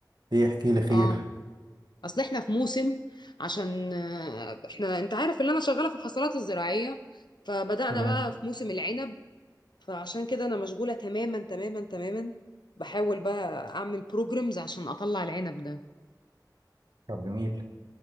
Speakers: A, on the right; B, on the left.
A: ايه احكي لي خير
B: اه اصل احنا في موسم عشان آه، احنا انت عارف ان انا شغاله في الحصلات الزراعيه فبدأنا
A: تمام
B: بقى في موسم العنب فعشان كده انا مشغوله تماما تماما تماما بحاول بقى اعمل بروجرامز عشان اطلع العنب ده
A: طب جميل